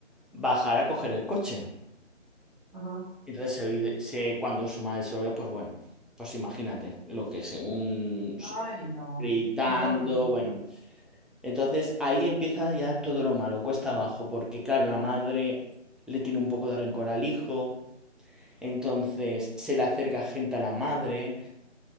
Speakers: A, in the centre; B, on the right.
A: bajar a coger el coche.
B: ajá.
A: Entonces, se oí- se- cuando su madre se lo ve, pues bueno, pues imagínate lo que según su-
B: Ay, no,
A: gritando,
B: no, no. no.
A: bueno. Entonces ahí empieza ya todo lo malo, cuesta abajo, porque claro, la madre le tiene un poco de rencor al hijo, entonces se le acerca gente a la madre